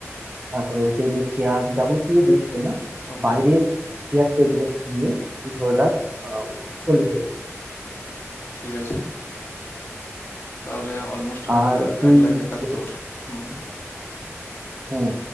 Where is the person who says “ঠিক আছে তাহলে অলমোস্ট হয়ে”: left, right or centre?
Left